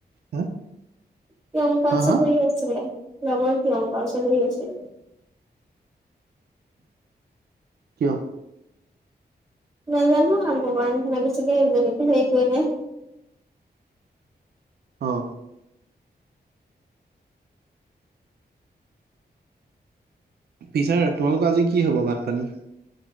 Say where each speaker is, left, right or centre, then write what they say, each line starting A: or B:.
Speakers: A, on the right; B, on the right.
A: হা
B: স অংকা
A: হা
B: চ
A: হা
B: বয় আছিল লগৰ কি অংকা চ বহ আছিল <unintelligible>
A: কিয়?
B: নাজানো ভগৱান লাগিছিলে যেনেকে হেৰি কৰিলে।
A: অহ। পিছে তোমালোকৰ আজি কি হব ভাত -পানী?